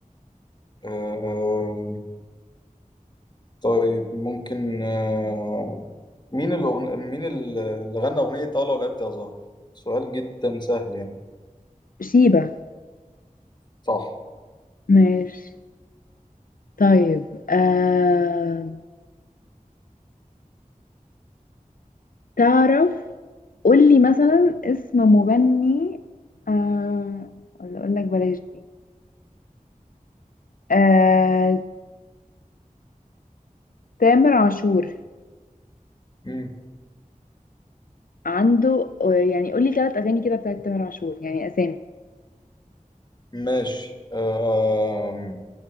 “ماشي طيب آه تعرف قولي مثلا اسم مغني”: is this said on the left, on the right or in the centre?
Left